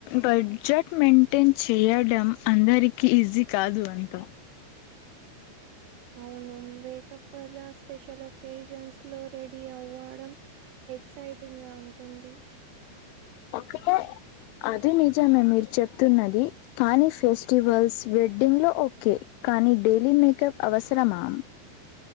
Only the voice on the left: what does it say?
బడ్జెట్ మెయింటైన్ చేయడం అందరికి ఈజీ కాదు అంత
ఓకే అది నిజమే మీరు చెప్తున్నది. కానీ ఫెస్టివల్స్ వెడ్డింగ్ లో ఓకే కానీ అని డెలీ మేకప్ అవసరమా?